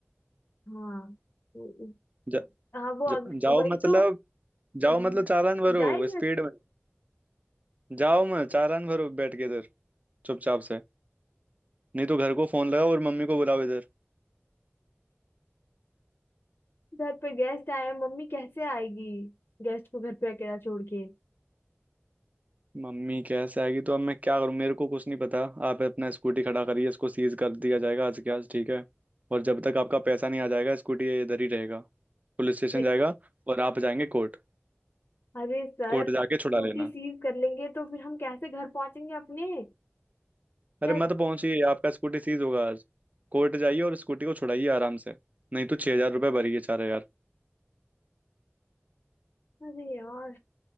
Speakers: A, on the left; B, on the right.
A: हाँ वो-
B: जा,
A: इस- हाँ वो
B: जा,
A: अग,
B: जाओ
A: वही
B: मतलब
A: तो उम,
B: जाओ मतलब चालान भरो
A: जाएगा
B: स्पीड में जाओ मैं चालान भरो बैठ के इधर चुपचाप से नहीं तो घर को फोन लगाओ और मम्मी को बुलाओ इधर
A: घर पे गेस्ट आए मम्मी कैसे आएगी गेस्ट को घर पे अकेला छोड़ के
B: मम्मी कैसे आएगी तो अब मैं क्या करूँ मेरे को कुछ नहीं पता आप अपना स्कूटी खड़ा करिए इसको सीज कर दिया जाएगा आज के आज ठीक है और जब तक आपका पैसा नहीं आ जाएगा स्कूटी ये इधर ही रहेगा पुलिस स्टेशन
A: अरे
B: जाएगा और आप जाएंगे कोर्ट
A: अरे सर
B: कोर्ट जाके
A: स्कूटी
B: छुड़ा लेना
A: सीज कर लेंगे तो फिर हम कैसे घर पहुंचेंगे अपने क्या
B: अरे मत पहुंचिए आपका स्कूटी सीज होगा आज कोर्ट जाइए और स्कूटी को छुड़ाइए आराम से नहीं तो छह हजार रुपये भरिए चार हजार
A: अरे यार